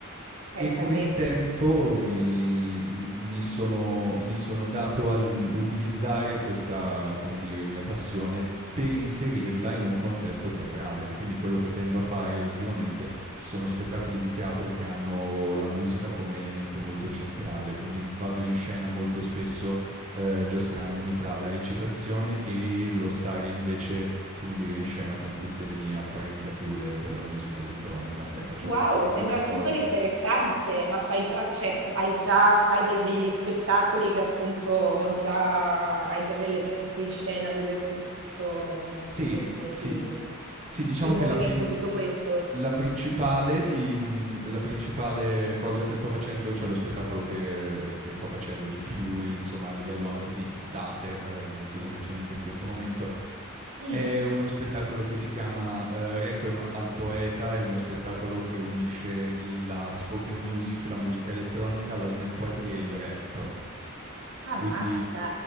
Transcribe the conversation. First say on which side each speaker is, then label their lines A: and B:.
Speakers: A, on the right (about 70°); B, on the right (about 35°).
A: Pensa
B: e con
A: a
B: il
A: te.
B: tempo mi m mi sono mi sono dato all'utilizzare questa, come dire, mia passione per inserirla in un contesto teatrale. Quindi quello che tendo a fare ultimamente sono spettacoli di teatro che hanno la musica come elemento molto centrale, quindi, mhmm, vado in scena molto spesso, ehm, giostrandomi fra la recitazione e lo stare invece, come dire, in scena con tutte le mie apparecchiature per la musica elettronica e faccio
A: Wow,
B: tutte
A: sembra
B: e 2 le
A: super
B: cose.
A: interessante, ma fai già, cioè, hai già, fai dei- degli spettacoli che appunto già, hai già delle messe in scena dove appunto mm,
B: Sì,
A: met- metti
B: sì.
A: in
B: Sì, diciamo
A: in
B: che
A: movimento
B: la prin
A: tutto questo.
B: la principale di mhmm, la principale cosa che sto facendo, cioè lo spettacolo che che sto facendo di più, insomma, a livello anche di date, ehm, molto semplicemente in questo momento,
A: Mm,
B: è uno spettacolo che si chiama, ehm, Requiem al poeta, è uno spettacolo che unisce la spoken music, la musica elettronica, la slam poetry e il rap. Quindi
A: ammazza,